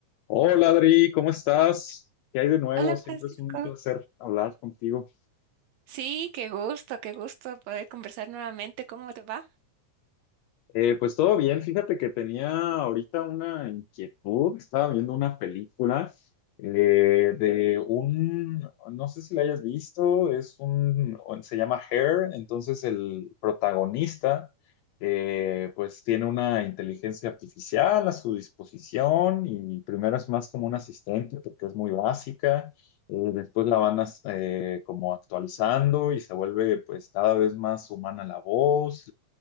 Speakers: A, on the left (about 80°); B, on the right (about 75°).
A: Hola Adri, ¿cómo estás? ¿Qué hay de nuevo?
B: Hola
A: Siempre
B: Francisco.
A: es un placer hablar contigo.
B: Sí, qué gusto, qué gusto poder conversar nuevamente. ¿Cómo te va?
A: Eh, pues todo bien, fíjate que tenía ahorita una inquietud, estaba viendo una película eh, de un, no sé si la hayas visto, es un, se llama Hair, entonces el protagonista eh, pues tiene una inteligencia artificial a su disposición y primero es más como un asistente porque es muy básica, eh, después la van as- eh, como actualizando y se vuelve pues cada vez más humana la voz,